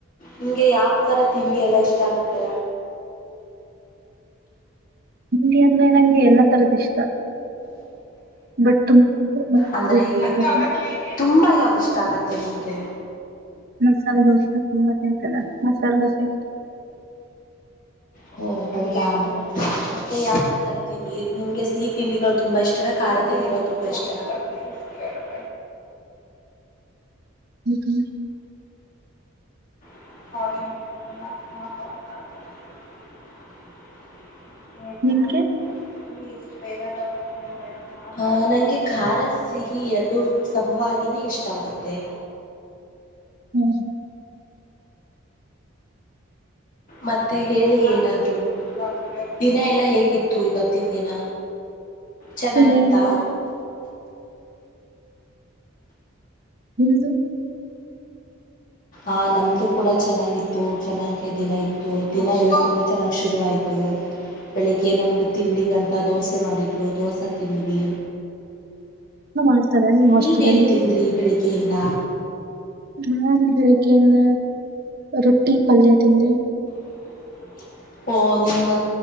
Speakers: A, on the left; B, on the right.
A: ನಿಮ್ಗೆ ಯಾವ ತರ ತಿಂಡಿ ಎಲ್ಲಾ ಇಷ್ಟ ಆಗತೆ
B: ತಿಂಡಿ ಅಂದ್ರೆ ನಂಗೆ ಎಲ್ಲಾ ತರದ್ ಇಷ್ಟ ಬಟ್ ತುಂಬಾ ಅಂದ್ರೆ ಮಸಾಲೆ
A: ಅಂದ್ರೆ
B: ದೋಸೆ
A: ಈ
B: ಇಷ್ಟ ನಂಗೆ
A: ತುಂಬಾ ಯಾವ್ದಿಷ್ಟ ಆಗತ್ತೆ ನಿಮ್ಗೆ
B: ಮಸಾಲೆ ದೋಸೆ ತುಂಬಾ ತಿಂತಲ್ಲ ಮಸಾಲೆ ದೋಸೆ ಇಷ್ಟು
A: ಹೊ ಹೌದಾ ಮತ್ತೆ ಯಾವ್ಯಾವ್ ತರ ತಿಂಡಿ ನಿಮ್ಗೆ ಸಿಹಿ ತಿಂಡಿಗಳು ತುಂಬಾ ಇಷ್ಟನ ಖಾರ ತಿಂಡಿಗಳು ತುಂಬಾ ಇಷ್ಟನ ಯ <unintelligible>
B: ಹ್ಮ್ಹ
A: <unintelligible> <unintelligible>
B: ನಿಮ್ಗೆ
A: ಆ ನಂಗೆ ಖಾರ ಸಿಹಿ ಎರಡು ಸಮವಾಗಿನೇ ಇಷ್ಟ ಆಗ ಆಗತ್ತೆ
B: ಹ್ಮ
A: ಮತ್ತೆ ಹೇಳಿ ಏನಾದ್ರು ದಿನ ಎಲ್ಲಾ ಹೇಗಿತ್ತು ಇವತ್ತಿನ ದಿನ ಚೆನ್ನಾಗಿತ್ತಾ
B: ಹೇಳಿ ನಿಮ್ದುು
A: ಆ ನಮ್ದು ಕೂಡ ಚೆನ್ನಾಗಿತ್ತು ಚೆನ್ನಾಗಿ ದಿನ ಇತ್ತು ದಿನ ಎಲ್ಲ ತುಂಬಾ ಚೆನ್ನಾಗ್ ಶುರುವಾಯ್ತು ಹ ಬೆಳಿಗ್ಗೆ ನಮ್ಗೆ ತಿಂಡಿಗಂತ ದೋಸೆ ಮಾಡಿದ್ರು ದೋಸೆ ತಿಂದ್ವ
B: ಮಾಡ್ತಾರ ನಿಮ್ ಹಾಸ್ಟೆಲ್
A: ನೀವೇನ್
B: ಅಲ್ಲಿ
A: ತಿಂದ್ರಿ ಬೆಳಿಗ್ಗೆಯಿಂದ
B: ನನ್ ಬೆಳಿಗ್ಗೆಯಿಂದ ರೊಟ್ಟಿ ಪಲ್ಯ ತಿಂದೆ
A: <unintelligible> ಓಹ ನಿಮ್ಮ